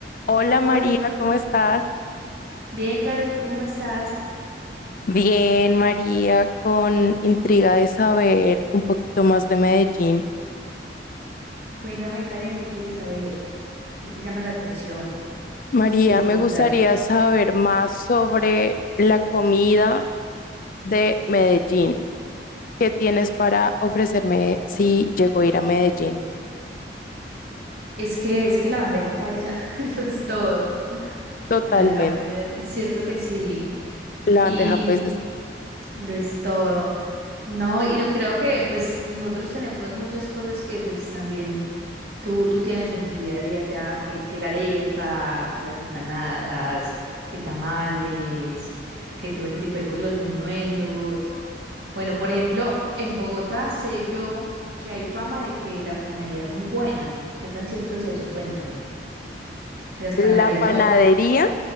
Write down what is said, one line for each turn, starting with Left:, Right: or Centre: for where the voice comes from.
Left: Hola
Right: Hola,
Left: María, ¿cómo estás?
Right: bien Karen, ¿tú cómo estás?
Left: Bien, María, con intriga de saber un poquito más de Medellín.
Right: Cuéntame Karen, ¿qué quieres saber? ¿Qué te llama la atención
Left: María,
Right: de estos
Left: me gustaría
Right: lares?
Left: saber más sobre la comida de Medellín. ¿Qué tienes para ofrecerme si llego a ir a Medellín?
Right: Es que es que la bandeja paisa <laughs> lo es todo.
Left: Totalmente.
Right: La bandeja paisa, cierto que sí.
Left: La
Right: Y,
Left: bandeja pues es
Right: y lo es todo. No, y yo creo que pues nosotros tenemos muchas cosas que pues también tú, tú tienes en tu día a día ya, que, que la arepa, que las empanadas, que tamales, que todo ese tipo de cosas, los buñuelos. Bueno, por ejemplo, en Bogotá sé yo que hay fama de que la panadería es muy buena. ¿Qué tan cierto es eso? Cuéntame. Que las
Left: la
Right: panaderías
Left: panadería,
Right: son, o